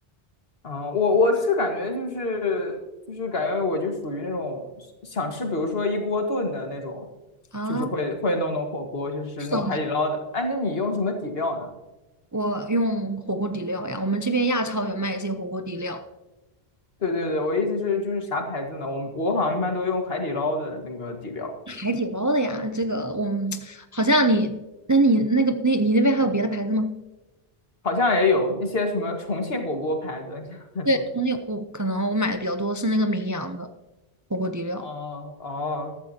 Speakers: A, on the left; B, on the right.
A: 啊，我我是感觉就是就是感觉我就属于那种想吃，比如说一锅炖的那种，
B: 啊。
A: 就是会会弄弄火锅，就是弄海底捞的。
B: 是的，
A: 哎，那你用什么底料呢？
B: 我用火锅底料呀，我们这边亚超有卖一些火锅底料。
A: 对对对，我意思是就是啥牌子呢？我我好像一般都用海底捞的那个底料，
B: 海底捞的呀。这个我们好像你，那你那个那你那边还有别的牌子吗？
A: 好像也有一些什么重庆火锅牌子 <laughs>
B: 对，
A: 什么的。
B: 重庆我可能我买的比较多是那个名扬的火锅底料。
A: 哦哦